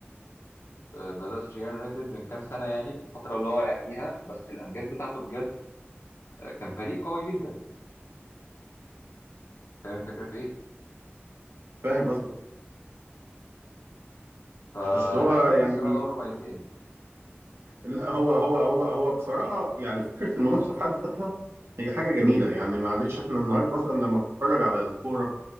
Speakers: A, on the left; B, on the right.
A: آه، بدات تشجيع يونايتد من كام سنه يعني في الفتره اللي هو واقع فيها بس الامجاد بتاعته بجد آه، كان فريق قوي جدا فاهم الفكرة في إيه؟
B: فاهم قصدك
A: فحاسس
B: بس هو
A: إن
B: يعني
A: الصراع ده عمره ما هينتهي
B: لا هو هو هو هو بصراحة يعني فكرة المنافسة في حد ذاتها هي حاجة جميلة يعني معلش احنا النهاردة مثلا لما بتتفرج على الكورة